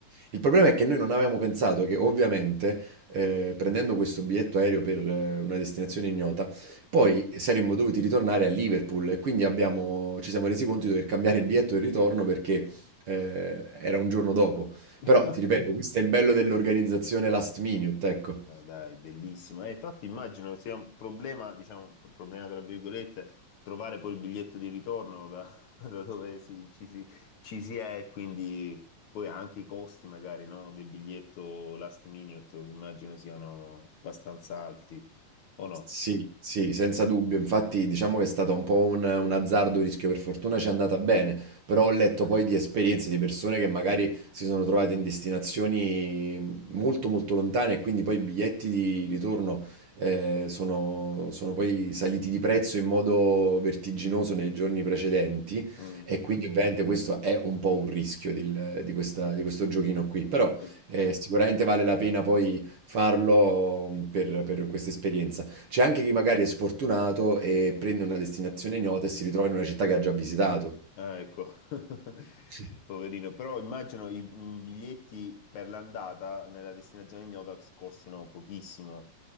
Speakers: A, on the right; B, on the left.
A: Il problema è che noi non avevamo pensato che ovviamente, ehm, prendendo questo biglietto aereo per eh, una destinazione ignota, poi saremmo dovuti ritornare a Liverpool e quindi abbiamo ci siamo resi conto di dover cambiare il biglietto del ritorno perché, ehm, era un giorno dopo.
B: <laughs>
A: Però ti ripeto, questo è il bello dell'organizzazione last minute, ecco.
B: Ah, dai, bellissimo. Eh, infatti immagino sia un problema, diciamo, un problema tra virgolette, trovare poi il biglietto di ritorno da, <laughs> da dove si- ci, si, ci si è e quindi poi anche i costi magari, no, del biglietto last minute immagino siano abbastanza alti, o no?
A: Sì, sì, senza dubbio. Infatti, diciamo che è stato un po' un un azzardo, un rischio. Per fortuna ci è andata bene, però ho letto poi di esperienze di persone che magari si sono trovate in destinazioni mhmm, molto, molto lontane e quindi poi i biglietti di ritorno eh, sono, sono poi saliti di prezzo in modo vertiginoso nei giorni precedenti
B: Mm.
A: e quindi ovviamente questo è un po' un rischio del- di questa- di questo giochino qui, però
B: Eh,
A: eh, sicuramente vale la pena poi farlo mhmm, per per questa esperienza. C'è anche chi magari è sfortunato e prende una destinazione ignota e si ritrova in una città che ha già visitato.
B: ah, ecco, <laughs>
A: Sì.
B: poverino. Però immagino i i biglietti per l'andata nella destinazione ignota costino pochissimo,